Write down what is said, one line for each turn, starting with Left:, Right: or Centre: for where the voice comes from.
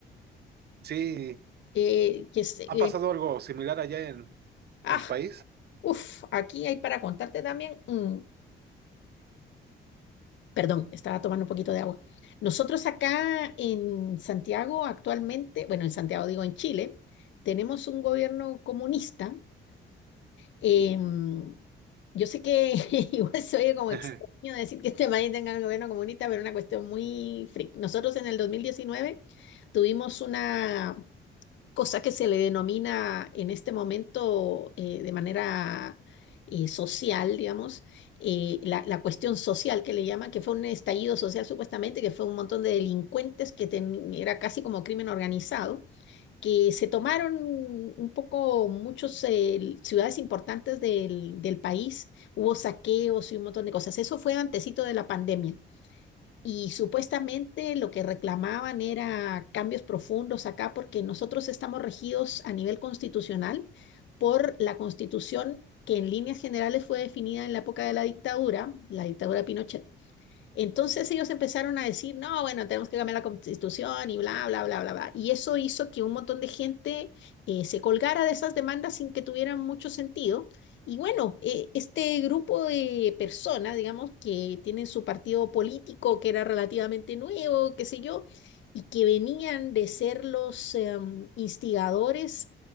Right: Sí,
Left: Que, que se-
Right: ¿ha
Left: eh,
Right: pasado algo similar allá en,
Left: ah,
Right: en tu país?
Left: uf, aquí hay para contarte también. mm, perdón, estaba tomando un poquito de agua. Nosotros acá en Santiago actualmente, bueno, en Santiago digo en Chile, tenemos un gobierno comunista. em, yo sé que <laughs> igual se oye como extraño
Right: <laughs>
Left: decir que este país tenga un gobierno comunista, pero es una cuestión muy freak. Nosotros en el 2019 tuvimos una cosa que se le denomina en este momento eh, de manera eh, social, digamos, eh, la, la cuestión social que le llaman, que fue un estallido social supuestamente, que fue un montón de delincuentes que ten- era casi como crimen organizado, que se tomaron un poco muchas ciudades importantes del, del país, hubo saqueos y un montón de cosas. Eso fue antecito de la pandemia. Y supuestamente lo que reclamaban era cambios profundos acá porque nosotros estamos regidos a nivel constitucional por la constitución que en líneas generales fue definida en la época de la dictadura, la dictadura de Pinochet entonces ellos empezaron a decir, no, bueno, tenemos que cambiar la constitución y bla, bla, bla, bla, bla. Y eso hizo que un montón de gente eh, se colgara de esas demandas sin que tuvieran mucho sentido. Y bueno, eh, este grupo de personas, digamos, que tienen su partido político, que era relativamente nuevo, qué sé yo, y que venían de ser los eh, instigadores